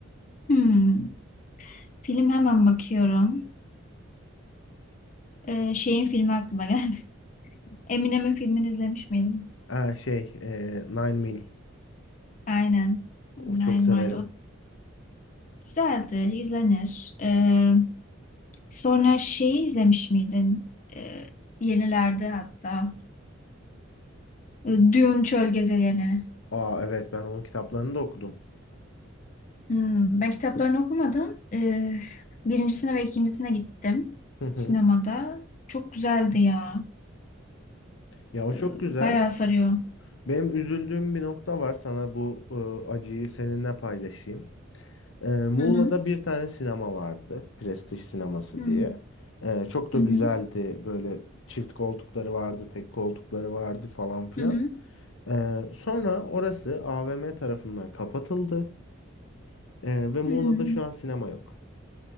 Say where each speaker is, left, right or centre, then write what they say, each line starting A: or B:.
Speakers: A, on the left; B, on the left.
A: Hmm, film hemen bakıyorum. Ee, şeyin filmi aklıma geldi. <laughs> Eminem'in filmini izlemiş miydim?
B: Ee, şey e, Nine Mil.
A: Aynen. Nine
B: O çok severim.
A: Mile. O güzeldi. izlenir. Ee, sonra şeyi izlemiş miydin? Ee, yenilerde hatta. Ee, Dune Çöl Gezegeni.
B: Aa evet ben onun kitaplarını da okudum.
A: Hmm, ben kitaplarını okumadım. Ee, birincisine ve ikincisine gittim
B: Hı hı.
A: sinemada. Çok güzeldi ya.
B: Ya o
A: Ee,
B: çok güzel.
A: bayağı sarıyor.
B: Benim üzüldüğüm bir nokta var. Sana bu e, acıyı seninle paylaşayım. E, Muğla'da
A: Hı hı.
B: bir tane sinema vardı. Prestij sineması
A: Hı hı.
B: diye. E, çok da
A: Hı hı.
B: güzeldi. Böyle çift koltukları vardı, tek koltukları vardı falan filan.
A: hı.
B: E, sonra orası AVM tarafından kapatıldı. E, ve Muğla'da
A: Hmm.
B: şu an sinema yok.